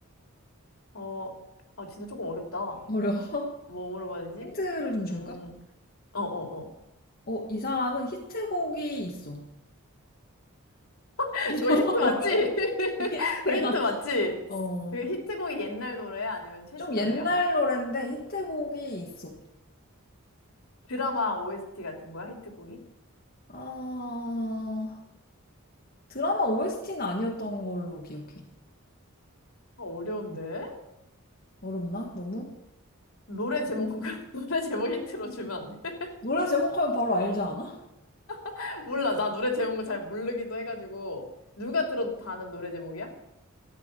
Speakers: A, on the left; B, on the left.
A: 어, 아, 진짜 조금 어렵다.
B: 어려워. <laughs>
A: 뭐 물어봐야 되지?
B: 힌트를 좀 줄까?
A: 음, 어, 어, 어.
B: 어, 이 사람은 히트곡이 있어.
A: <laughs> 이거
B: <laughs>
A: 힌트 맞지?
B: 어려워
A: <laughs>
B: 힌트야.
A: 거 힌트 맞지?
B: 어.
A: 그 히트곡이 옛날 노래야? 아니면 최신
B: 좀 옛날
A: 노래야?
B: 노랜데 히트곡이 있어.
A: 드라마 OST 같은 거야? 히트곡이?
B: 아, 드라마 OST는 아니었던 걸로 기억해.
A: 어, 어려운데?
B: 어렵나? 너무?
A: 노래 제목,
B: 음.
A: <laughs> 노래 제목 힌트로 주면 안 돼?
B: 노래 제목하면 바로 알지 않아?
A: <laughs> 몰라. 나 노래 제목을 잘 모르기도 해가지고. 누가 들어도 다 아는 노래 제목이야?